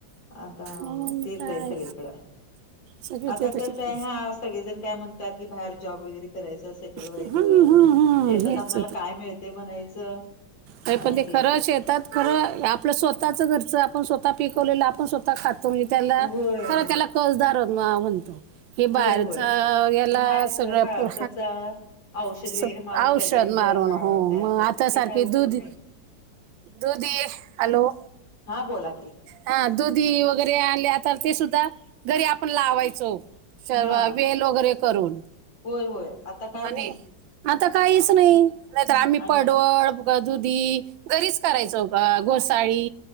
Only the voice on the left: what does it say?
आता
तेच
आहे सगळी कड.
आता
कसं
आहे हा सगळेजण काय म्हणतात की बाहेर जॉब वगैरे करायचं सेटल व्हायचं.
शेतात
आपल्याला काय मिळते म्हणायचं.
हा
तेच
होय
होय होय
बाहेरच
हा
कसं औषध
वगैरे मारून
लगेच
हा
तयार
करतात
ते काय उपयोग
नाही
हा बोला की
हा
होय होय. आता काय
नाहीच.
हम्म
आणि